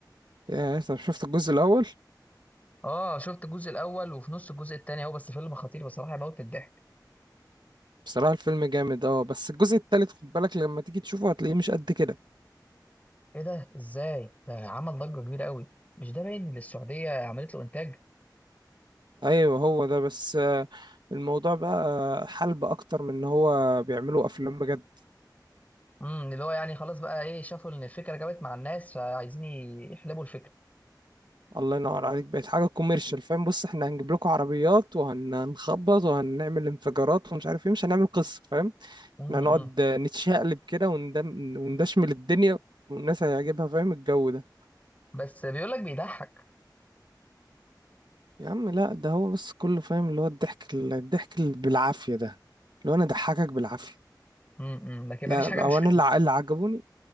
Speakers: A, on the right (about 75°); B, on the left (about 20°).
A: يا طب شفت الجزء الاول
B: اه شفت الجزء الاول وفي نص الجزء التاني اهو بس فيلم خطير بصراحه يموت من الضحك
A: بصراحة الفيلم جامد اه بس الجزء التالت خد بالك لما تيجي تشوفه هتلاقيه مش قد كده
B: ايه ده ازاي ده عمل ضجه كبيره قوي مش ده باين ان السعوديه عملت له انتاج
A: ايوه هو ده بس آه، الموضوع بقى حلب اكتر من ان هو بيعملوا افلام بجد
B: امم اللي هو يعني خلاص بقى ايه شافوا ان الفكره جابت مع الناس فعايزين يحلبوا الفكره
A: الله ينور عليك بقت حاجة كوميرشال فاهم بص احنا هنجيب لكم عربيات وهنخبط وهنعمل انفجارات ومش عارف ايه مش هنعمل قصة فاهم
B: امم
A: احنا هنقعد آه، نتشقلب كده وندم- وندشمل الدنيا والناس هيعجبها فاهم الجو ده
B: بس بيقول لك بيضحك
A: يا عم لا ده هو بس كله فاهم اللي هو الضحك الضحك اللي بالعافية ده اللي هو انا ضحكك بالعافية
B: امم لكن
A: لا
B: ما فيش حاجه
A: لا،
B: مش
A: او انا اللي ع- اللي عجبوني